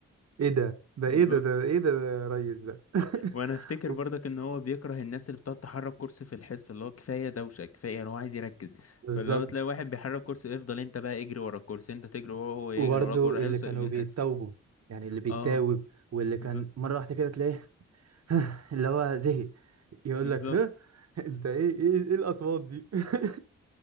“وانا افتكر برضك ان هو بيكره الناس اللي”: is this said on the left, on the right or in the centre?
Left